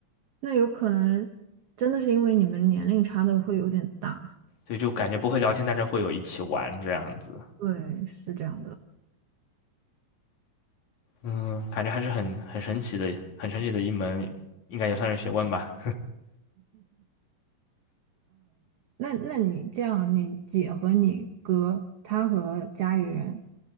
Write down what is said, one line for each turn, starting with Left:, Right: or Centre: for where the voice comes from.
Right: 那有可能真的是因为你们年龄差的会有点大，
Left: 所以就感觉不会聊天，但是会有一起玩这样子。
Right: 对，是这样的。
Left: 嗯，感觉还是很很神奇的，很神奇的一门，应该也算是学问吧。
Right: 那那你这样，你姐和你哥，他和家里人